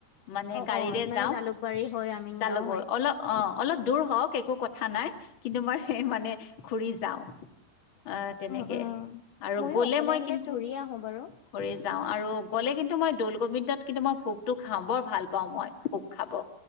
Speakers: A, on the left; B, on the left.
A: মানে
B: অ',
A: গাড়ীৰে
B: অ', মানে
A: যাও
B: জালুকবাৰী হৈ আমিন
A: যালগৈ
B: গাঁও হয়।
A: অলপ অ অলপ দূৰ হওঁক একো কথা- নাই। কিন্তু মই মানে ঘুৰি যাওঁ অ তেনেকে
B: উম, উম,
A: আৰু
B: ময়ো
A: গলে
B: অকলে
A: মই
B: আহিলে
A: কিন্তু
B: ঘূৰিয়ে আহো বাৰু
A: কৰি যাওঁ আৰু গ'লে কিন্তু মই দল। গবিন্দত কিন্তু মই ভোকটো খাওঁ বৰ ভাল পাওঁ মই ভোক খাব।